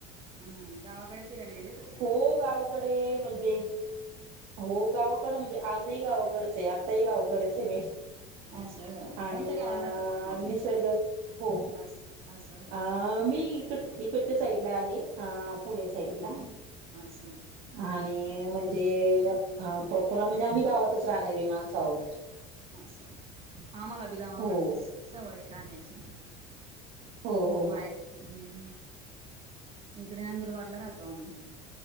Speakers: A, on the right; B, on the right.
A: हम् गावाकडे फिरायला गेले ते कुठे?
B: हो गावाकडे म्हणजे हो गावाकड म्हणजे आजही गावाकडेच आहे आताही गावाकडेच आहे मी
A: असं
B: आणि
A: कोणत्या गावाला
B: अ
A: राहतात तुम्ही?
B: निसर्ग हो
A: अस असं
B: अ मी इकड
A: हम्म.
B: इकडच्या साईडला आहे पुणे साईडला
A: अचछा
B: आणि म्हणजे प्रपुरा म्हणजे आम्ही गावातच राहणार विमाणसाहत
A: असं आम्हाला बी गावाकडते
B: हो
A: सवय राहण्याची
B: हो हो
A: माय
B: हो
A: हम्म इकडे नंदुरबारला राहतो आम्ही.